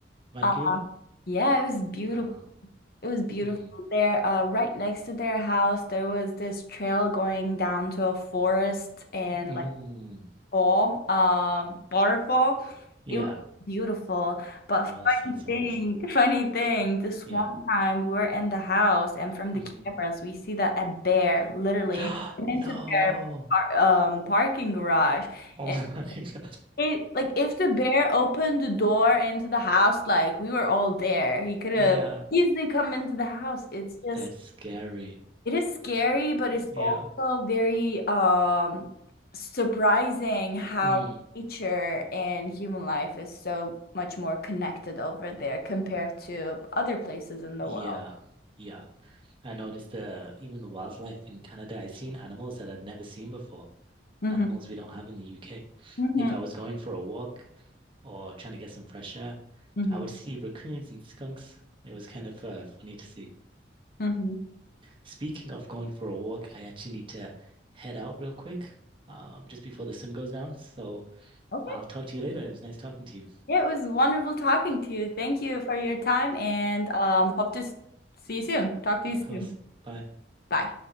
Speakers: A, on the right (about 30°); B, on the left (about 55°).
A: Vancouver?
B: uh, yeah, it was beautiful.
A: Oh.
B: It was beautiful
A: Mm.
B: there. Uh, right next to their house, there was this trail going down to a forest, and
A: Mm.
B: like. fall, um, waterfall.
A: Yeah.
B: It was beautiful. But
A: Oh, that
B: funny
A: sounds so
B: thing,
A: nice.
B: funny thing, this
A: Yeah.
B: one time we were in the house and from
A: Mm-hmm.
B: the cameras we see that a bear literally
A: <gasps>
B: went into
A: No.
B: their par um parking garage.
A: Oh
B: And
A: <laughs> my God.
B: it like if the bear opened the door into the house, like we were all there. He could have
A: Yeah,
B: easily come into the house. It's just
A: that's scary.
B: it is scary, but it's
A: Yeah.
B: also very um surprising how
A: Mm.
B: nature and human life is so much more connected over there compared to other places in the
A: Yeah.
B: world.
A: Yeah. I noticed the even the wildlife in Canada, I've seen animals that I've never seen before.
B: hmm
A: Animals we don't have in the UK.
B: hmm
A: If I was going for a walk or trying to get some fresh air,
B: hmm
A: I would see raccoons and skunks. It was kind of uh, funny to see.
B: hmm
A: Speaking of going for a walk, I actually need to head out real quick, um, just before the sun goes down. So
B: Okay.
A: I'll talk to you later. It was nice talking to you.
B: Yeah, it was wonderful talking to you. Thank you for your time and um hope to s- see you soon. Talk to
A: Of
B: you soon.
A: course. Bye.
B: Bye.